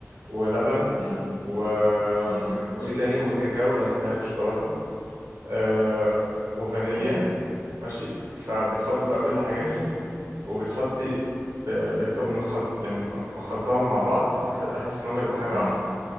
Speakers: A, on the right; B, on the left.
A: ولبن
B: مم.
A: و...
B: مم.
A: و... وايه تاني وكاكاو لو انت تعمل بشوكولاته آه... وفانيليا
B: مم.
A: ماشي فبتفضي بقى كل الحاجات
B: ماشي
A: دي وبتحطي ب- بتقوم مخل... يعني م- مخلطاهم مع بعض لح- بحيث ان هم يبقوا حاجه
B: مم.
A: واحده